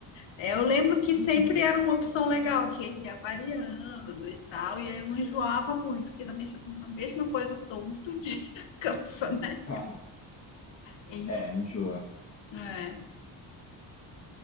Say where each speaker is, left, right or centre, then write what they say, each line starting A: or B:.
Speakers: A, on the left; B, on the left.
A: É, eu lembro que sempre
B: Uhum.
A: era uma opção legal, que ele ia variando e tal, e aí eu não enjoava muito, porque também você toma a mesma coisa todo dia, <laughs> cansa, né?
B: <laughs>
A: Enfim,
B: É, enjoa.
A: é.